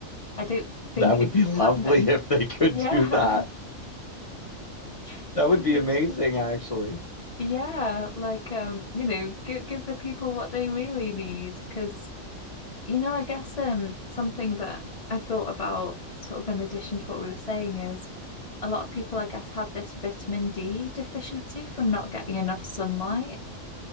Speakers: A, on the left; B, on the left.
A: I don't think
B: that would
A: it
B: be
A: could
B: lovely
A: happen.
B: if they could
A: Yeah,
B: do that.
A: <laughs>
B: That
A: because
B: would be
A: it's
B: amazing, actually.
A: yeah, like um, you know, give give the people what they really need. Because you know, I guess um, something that I've thought about, sort of in addition to what we were saying, is a lot of people, I guess, have this vitamin D deficiency from not getting enough sunlight,